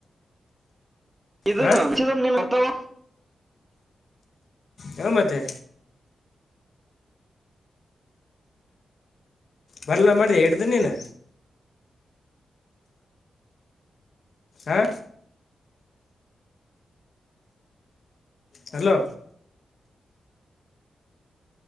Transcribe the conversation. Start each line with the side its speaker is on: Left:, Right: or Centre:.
Right: ಇದ್
Left: ಹಾಂ
Right: ನೀವು <unintelligible> ಬರ್ತಾವ
Left: ಹಾ ಮತ್ತೆ ಬರ್ಲ ಮಾಡಿ <unintelligible> ನೀನು ಹ ಹಲೋ